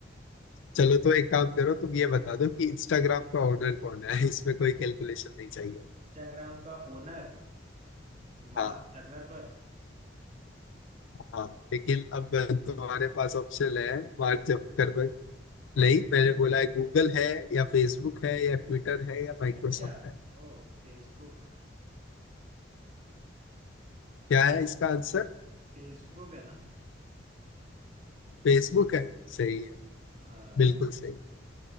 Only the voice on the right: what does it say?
इंस्टाग्राम का ओनर मार्क
जकरबर्ग
अच्छा
ओ फेसबुक
फेसबुक है ना
हाँ